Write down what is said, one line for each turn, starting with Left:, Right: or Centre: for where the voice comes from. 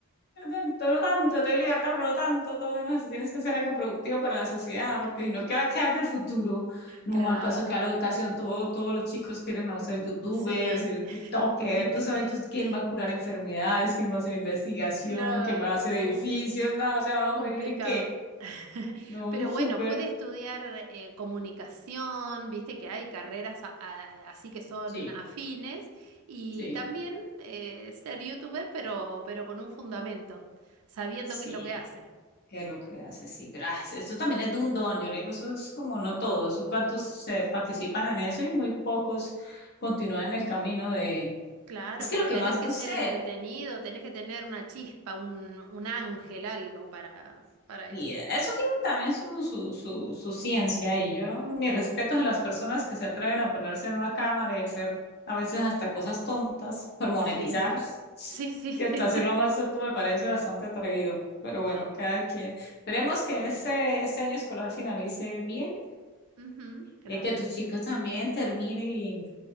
Left: No tanto, no tanto, te voy a obligarte, pero no tanto, todo menos eso. Tienes que hacer algo productivo para la sociedad,
Right: <laughs>
Left: porque si no, ¿qué va a quedar del futuro? No,
Right: Claro,
Left: al paso que va la educación, todo, todos los chicos quieren o ser youtubers,
Right: sí.
Left: ser tiktokers,
Right: <laughs>
Left: tú sabes, entonces, ¿quién va a curar enfermedades? ¿Quién va a hacer investigación?
Right: Claro,
Left: ¿Quién va a hacer edificios?
Right: uy,
Left: No, o sea, vamos
Right: complicado.
Left: a vivir, ¿qué?
Right: <laughs>
Left: No,
Right: Pero
Left: súper,
Right: bueno, puede estudiar eh, comunicación, viste que hay carreras a- a- así que son
Left: sí,
Right: afines, y
Left: sí,
Right: también eh, ser youtuber, pero, pero con un fundamento, sabiendo
Left: sí.
Right: qué es lo que hace.
Left: que lo que hace, sí, pero ah, esto también es de un don, yo le digo, eso es como no todos, eso cuántos se participan en eso y muy pocos continúan en el camino de,
Right: Claro,
Left: es
Right: porque
Left: que lo que
Right: tenés
Left: más,
Right: que
Left: no
Right: ser
Left: sé,
Right: entretenido, tenés que tener una chispa, un, un ángel, algo para, para
Left: y
Right: eso.
Left: eso tiene también su, su, su, su ciencia y yo, mis respetos a las personas que se atreven a ponerse en una cámara y hacer a veces hasta cosas tontas por monetizar,
Right: Sí,
Left: <laughs>
Right: sí, sí, <laughs>
Left: que hasta hacer lo más tonto me parece bastante atrevido, pero bueno,
Right: Ajá,
Left: cada quien. Esperemos
Right: sí.
Left: que este, este año escolar finalice bien
Right: Ujú, claro.
Left: eh, que tus chicos también terminen y,